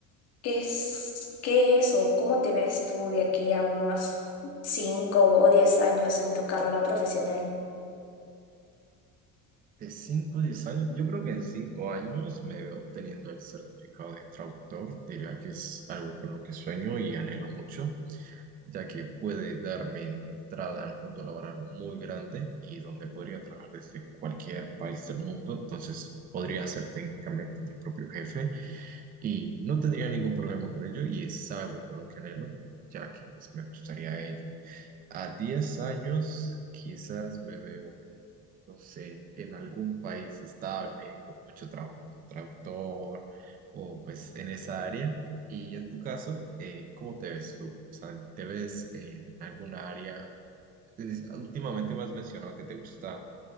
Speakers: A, on the left; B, on the right.
A: ¿Qué es, qué es o cómo te ves tú de aquí a unos 5 o 10 años en tu carrera profesional?
B: De cinco a 10 años, yo creo que en 5 años me veo obteniendo el certificado de traductor. Diría que es algo con lo que sueño y anhelo mucho, ya que puede darme entrada a un mundo laboral muy grande y donde podría trabajar desde cualquier país del mundo. Entonces podría ser técnicamente mi propio jefe y no tendría ningún problema con ello y es algo con lo que anhelo, ya que pues, me gustaría ello. A 10 años quizás me veo, no sé, en algún país estable, con mucho trabajo como traductor o pues en esa área. Y en tu caso, eh, ¿cómo te ves tú? O sea, ¿te ves en alguna área? Es- Últimamente me has mencionado que te gusta,